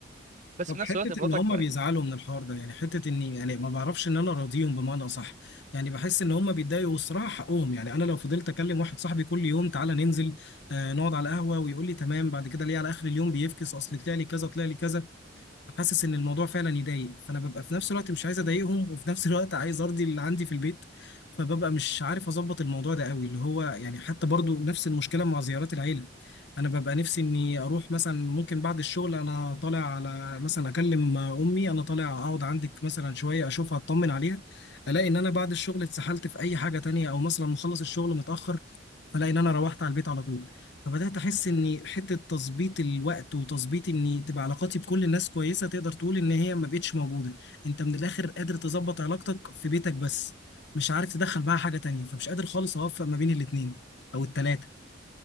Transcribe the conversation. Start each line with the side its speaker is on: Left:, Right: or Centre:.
Right: بس
Left: طب
Right: في نفس
Left: حته
Right: الوقت مراتك
Left: ان هم بيزعلوا من الحوار ده يعني حته اني يعني ما بعرفش ان انا راضيهم بمعنى اصح يعني بحس ان هم بيتضايقوا والصراحه حقهم يعني انا لو فضلت اكلم واحد صاحبي كل يوم تعالى ننزل آه نقعد على القهوه ويقول لي تمام بعد كده ليه على اخر اليوم بيفكس اصل طلع لي كذا طلع لي كذا فحاسس ان الموضوع فعلا يضايق فانا ببقى في نفس الوقت مش عايز اضايقهم وفي نفس الوقت عايز ارضي اللي عندي في البيت فببقى مش عارف اظبط الموضوع ده قوي اللي هو يعني حتى برضو نفس المشكله مع زيارات العيله انا ببقى نفسي اني اروح مثلا ممكن بعد الشغل انا طالع على مثلا اكلم امي انا طالع اقعد عندك مثلا شويه اشوفها اطمن عليها الاقي ان انا بعد الشغل اتسحلت في اي حاجه تانية او مثلا مخلص الشغل متاخر الاقي ان انا روحت على البيت على طول فبدأت أحس إن حتة تظبيط الوقت وتظبيط إن تبقى علاقاتي بكل الناس كويسة تقدر تقول إن هي ما بقتش موجودة أنت من الآخر قادر تظبط علاقتك في بيتك بس مش عارف تدخل معاها حاجة تانية فمش قادر خالص أوفق ما بين الاتنين أو التلاتة